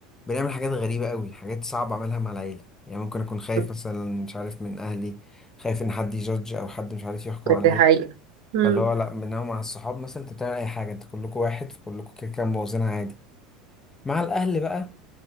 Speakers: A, on the left; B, on the right.
A: بنعمل حاجات غريبة قوي حاجات صعبة أعملها مع العيلة يعني ممكن أكون خايف
B: <laughs>
A: مثلا مش عارف من أهلي خايف إن حد يجادج أو حد مش عارف يحكم عليا
B: دي حقيقة مم.
A: فاللي هو لأ إنما مع الصحاب مثلا أنت بتعمل أي حاجة أنت كلكم واحد فكلكم كده كده مبوظينها عادي مع الأهل بقى